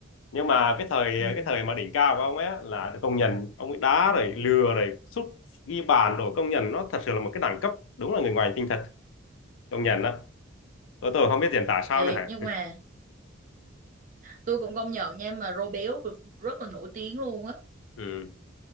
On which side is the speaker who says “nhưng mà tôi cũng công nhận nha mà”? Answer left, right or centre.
Right